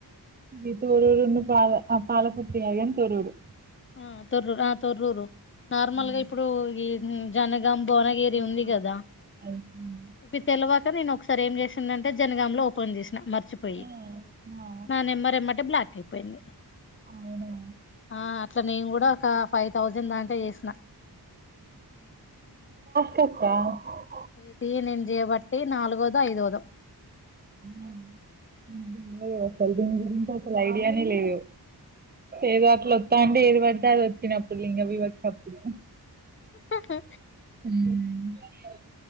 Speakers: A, on the right (about 25°); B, on the left (about 30°).
A: ఇతే బాగా అ పాలకుర్తి అయ్యం తొరూరు
B: ఆ తొర్రూరు ఆ తొర్రూరు నార్మల్గా
A: హ్మ్.
B: ఇప్పుడు ఈ మ్ జన భువనగిరి
A: అవునా!
B: ఉంది కదా
A: అది హ్మ్.
B: ఇ తెలవా నేను ఒకసారి ఏం చేసిందంటే జనగాంలో ఫోన్ చేసిన మర్చిపోయి
A: ఆ ఆ
B: నా నెమ్బర్ ఎమ్మటే బ్లాక్ అయిపోంది
A: అవునా
B: ఆ నేను కూడా ఒక ఫైవ్ థౌజండ్ దాకా చేసిన
A: కుక్క <unintelligible>
B: ఇది నెను జయబట్టి నాలుగోదొ ఐదోదో
A: అమ్మ <unintelligible> పడిడింత అసలు ఐడియానే లేదు ఏదో అట్లు ఒస్త అంటే ఏది పడితే అది ఒత్తిన అప్పుడు లింగ వివక్ష అప్పుడు
B: ఆ హా
A: మ్